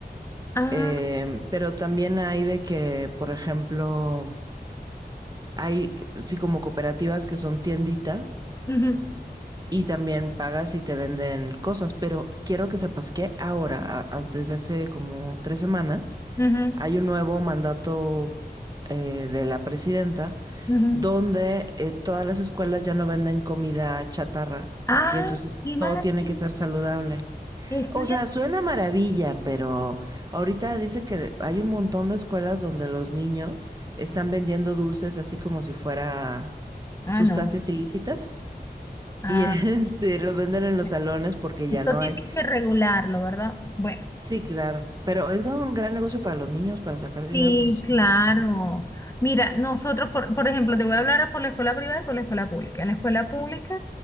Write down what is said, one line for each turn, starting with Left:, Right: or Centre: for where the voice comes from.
Left: Ah,
Right: eh, pero también hay de que, por ejemplo, hay, sí, como cooperativas que son tienditas
Left: ujú,
Right: y también pagas y te venden cosas, pero quiero que sepas que ahora, a- a- desde hace como tres semanas,
Left: ujú,
Right: hay un nuevo mandato eh, de la presidenta
Left: ujú.
Right: donde eh, todas las escuelas ya no venden comida chatarra
Left: Ah,
Right: y entonces
Left: qué maravilla.
Right: todo tiene que ser saludable.
Left: Eso
Right: O
Left: ya.
Right: sea, suena maravilla, pero ahorita dicen que hay un montón de escuelas donde los niños están vendiendo dulces así como si fuera
Left: Ah,
Right: sustancias
Left: no.
Right: ilícitas.
Left: Ah,
Right: Y <laughs> este, los venden en los
Left: bueno,
Right: salones porque ya
Left: esto
Right: no
Left: tiene
Right: hay.
Left: que regularlo, ¿verdad? Bueno.
Right: Sí, claro. Pero es gran- un gran negocio para los niños, para sacar dinero
Left: Sí,
Right: para sus cosas,
Left: claro.
Right: digo yo.
Left: Mira, nosotros, por, por ejemplo, te voy a hablar por la escuela privada y por la escuela pública. En la escuela pública,